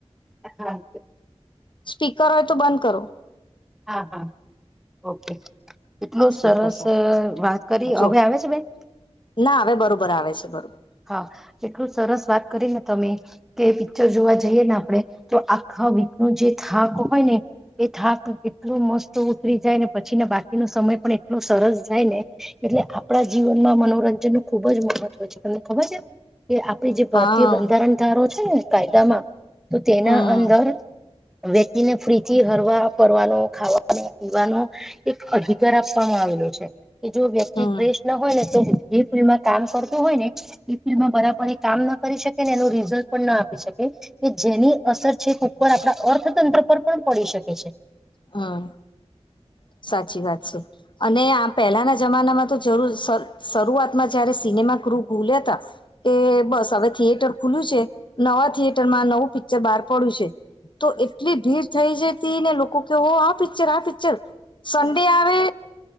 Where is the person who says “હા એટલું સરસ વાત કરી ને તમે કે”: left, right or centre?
Centre